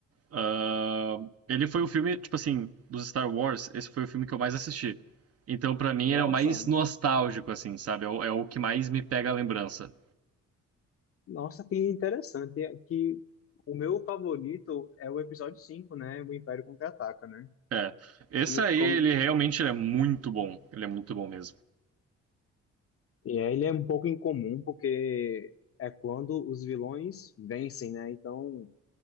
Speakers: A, on the right; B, on the left.
A: ah, ele foi o filme, tipo assim, dos Star Wars, esse foi o filme que eu mais assisti. Então, pra mim,
B: Nossa,
A: ele é o mais nostálgico, assim, sabe? É o, é o que mais me pega a lembrança.
B: nossa, que interessante, que o meu favorito é o episódio 5, né? O Império Contra-Ataca, né?
A: É. Esse
B: Como,
A: aí,
B: como,
A: ele realmente ele é muito bom. Ele é muito bom mesmo.
B: E é, ele é um pouco incomum porque é quando os vilões vencem, né? Então,